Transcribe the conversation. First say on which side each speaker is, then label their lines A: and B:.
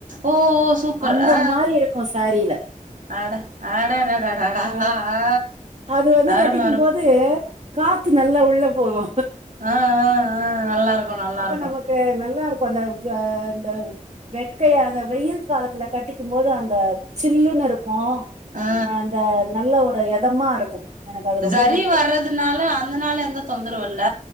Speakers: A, on the right (about 75°); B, on the right (about 50°).
A: ஓ ஓ சூப்பர்
B: அந்த
A: ஆ
B: மாரி இருக்கு சேரில
A: ஆ அட அடடடடடா
B: அ
A: ஆ ஆ
B: அது வந்து
A: அரும
B: கட்டிக்கு போது காத்து நல்லா உள்ள போகு
A: ஆஹ் ஆஹ் ஆஹ் நல்லாருக்கு நல்லாருக்கு
B: அப்ப நமக்கு நல்லா இருக்கு அந்த அ அந்த வெக்கைய அந்த வெயில் காலத்துல கட்டிக்கு போது அந்த சில்லுன்னு இருக் ப்ப
A: ஆ
B: அந்த நல்ல ஒரு எதமா இருக்கு எனக்கு அது ரொம்ப
A: ஷரி
B: புடிக்கு
A: வர்றதுனால அந்த நாள்ல எந்த தொந்தரவு இல்ல